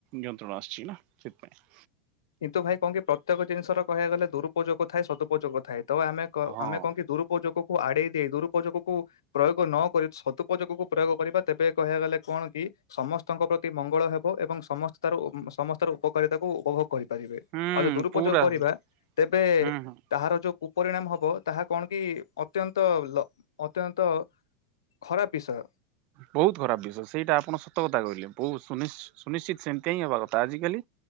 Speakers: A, on the right; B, on the left.
A: ନିୟନ୍ତ୍ରଣ ଆସୁଛି ନା ସେଥିପାଇଁ।
B: କିନ୍ତୁ ଭାଇ କଣ କି ପ୍ରତ୍ୟେକ ଜିନିଷ ର କହିବା ଗଲେ ଦୁରୁପଯୋଗ ଥାଏ ସଦୁପଯୋଗ ଥାଏ ତ ଆମେ କ
A: ହଁ
B: ଆମେ କଣ କି ଦୁରୁପଯୋଗକୁ ଆଡେଇ ଦେଇ ଦୁରୁପଯୋଗକୁ ପ୍ରୟୋଗ ନ କରି ସଦୁପଯୋଗକୁ ପ୍ରୟୋଗ କରିବା ତେବେ କହିବା ଗଲେ କଣ କି? ସମସ୍ତଙ୍କ ପ୍ରତି ମଙ୍ଗଳ ହେବ ଏବଂ ସମସ୍ତ ତାର ସମସ୍ତାର ଉପକାରିତାକୁ ଉପଭୋଗ କରିବେ
A: ହୁଁ
B: ଆଉ ଯଦି ଦୁରୁପଯୋଗ
A: ପୁରା
B: କରିବା ତେବେ
A: ହୁଁ ହୁଁ
B: ତାହାରଯୋଉ କୁପରିଣାମହବ ତାହା କଣକି ଅତ୍ୟନ୍ତ ଲ ଅତ୍ୟନ୍ତ ଖରାପ ବିଷୟ।
A: ବହୁତ ଖରାପବିଷୟ ସେଇଟା ଆପଣ ସତକଥା କହିଲେ ବହୁତ ସୁନି ସୁନିଶ୍ଚିତ ସେମିତିହିଁ ହବାକଥା ଆଜିିକାଲି